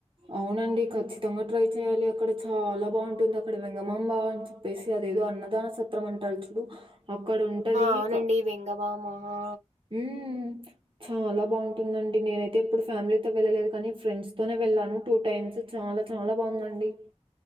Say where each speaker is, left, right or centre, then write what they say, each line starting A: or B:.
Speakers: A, on the right; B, on the right.
A: అవునండి ఖచ్చితంగా ట్రై చెయాలి అక్కడ చాలా బావుంటుందక్కడ వెంగమాంబా. ప్పేసి అదేదో అన్నదాన సత్రం అంటారు చుడు అక్కడ ఉంటదీ
B: అవునండి
A: క
B: వెంగబామ వామా ఆ
A: ఊమ్ చాలా బాగుంటుందండి నేనైతే ఎప్పుడు ఫ్యామిలీతో వెళ్ళలేదు, కనీ ఫ్రెండ్స్ తోనే వెళ్ళాను టూ టైమ్స్. చాలా చాలా బావుందండి